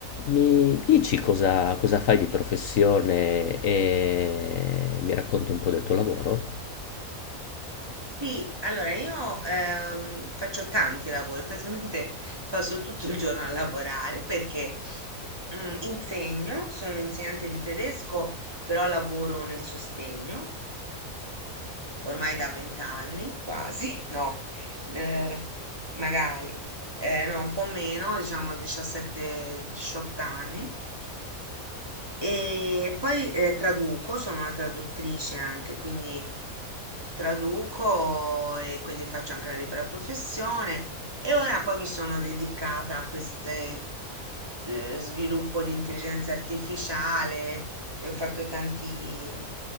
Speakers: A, on the left; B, on the right.
A: Mi dici cosa, cosa fai di professione e mi racconti un po' del tuo lavoro?
B: Sì, allora io ehm, faccio tanti lavori, praticamente <laughs> passo tutto il giorno a lavorare perché mm, insegno, sono insegnante di tedesco, però lavoro nel sostegno ormai da vent'anni, quasi, <laughs> no, eh, magari, eh, no, un po' meno, diciamo 17-18 anni. E poi eh, traduco, sono una traduttrice anche, quindi traduco e quindi faccio anche la libera professione e ora poi mi sono dedicata a queste eh, sviluppo di intelligenza artificiale e ho fatto tanti, mm,